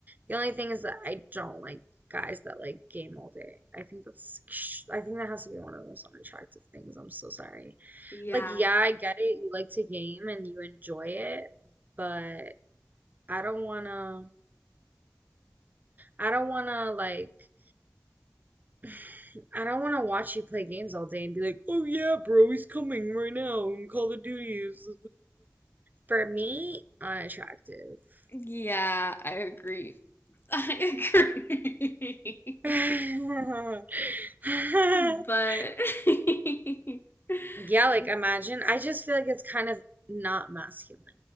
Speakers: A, on the right (about 35°); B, on the left (about 45°).
A: The only thing is that I don't like guys that like game all day. I think that's I think that has to be one of the most unattractive things. I'm so sorry.
B: yeah.
A: Like, yeah, I get it. You like to game and you enjoy it, but I don't wanna I don't wanna like <sighs> I don't wanna watch you play games all day and be like, "Oh yeah, bro, he's coming right now and Call of Duty is For me, unattractive.
B: Yeah, I agree. I agree.
A: <laughs> <laughs>
B: <laughs> but <laughs> that
A: Yeah, like
B: is-
A: imagine. I just feel like it's kind of not masculine